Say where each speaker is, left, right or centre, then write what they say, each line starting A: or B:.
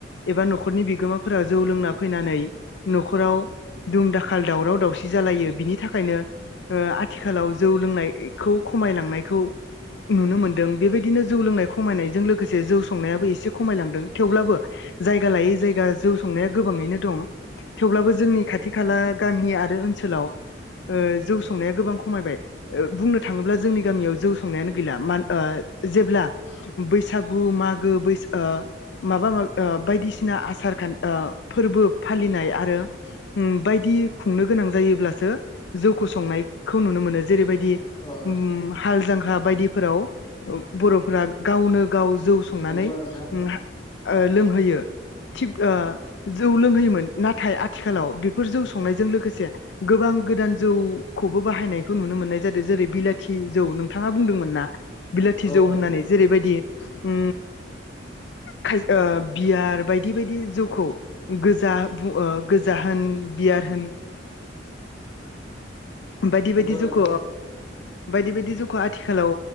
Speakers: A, on the left; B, on the left.
A: एबा न'खरनि बिगोमाफोरा जौ लोंना फैनानै न'खराव दुम दाखाल दावराव दावसि जालायो बिनि थाखायनो ओ आथिखालाव जौ लोंनायखौ खमायलांनायखौ नुनो मोनदों बेबायदिनो जौ लोंनाय खमायनायजों लोगोसे जौ संनायाबो एसे खमायलांदों थेवब्लाबो जायगा लायै जायगा जौ संनाया गोबाङैनो दं थेवब्लाबो जोंनि खाथि खाला गामि आरो ओन ओनसोलाव ओ जौ संनाया गोबां खमायबाय ओ बुंनो थाङोब्ला जोंनि गामियाव जौ संनायानो गैला मान ओ जेब्ला बैसागु मागो बैस ओ माबा माब ओ बायदिसिना आसार खान ओ फोरबो फालिनाय आरो उम बायदि खुंनो गोनां जायोब्लासो जौखौ संनायखौ नुनो मोनो जेरैबायदि
B: ओ अ
A: उ हाल जां हा बायदिफोराव बर'फ्रा गावनो गाव जौ संनानै
B: नंगौ नोंथां
A: ओ लोंहोयो थिफ ओ
B: औ
A: जौ लोंहोयो होन नाथाय आथिखालाव बेफोर जौ संनायजों लोगोसे गोबां गोदान जौखौबो बाहायनायखौ नुनो मोननाय जादों जेरै बिलाथि जौ नोंथाङा बुंदोंमोन ना बिलाथि
B: औ
A: जौ
B: नोंथां
A: होननानै
B: औ
A: जेरैबायदि उ खाय ओ बियार बायदि बायदि जौखौ गोजा बु ओ गोजा होन बियार होन <inaudible> बायदि
B: नंगौ
A: बायदि
B: नोंथां
A: जोख' बायदि बायदि जौखौ आथिखालाव